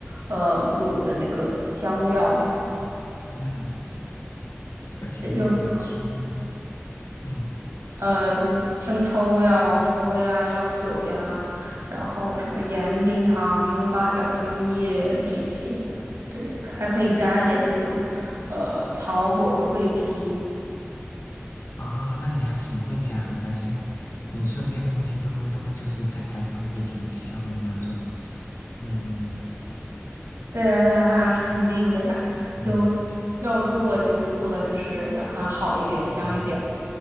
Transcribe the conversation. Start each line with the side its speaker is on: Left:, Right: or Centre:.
Right: 呃，卤的那个香料，
Left: 嗯，而且就怎么说呢？
Right: 也就很
Left: 嗯。
Right: 呃，就生抽呀、老抽呀、料酒呀，然后什么盐、冰糖、八角、香叶这些，对，还可以加一点那种，呃，草果和桂皮。
Left: 啊，那你还挺会加的，感觉你说这些东西都都就是加起来之后会挺香的那种。嗯
Right: 对呀，对呀，那是肯定的呀，
Left: 嗯嗯
Right: 就要做就做的就是让它好一点、香一点嘛。
Left: 嗯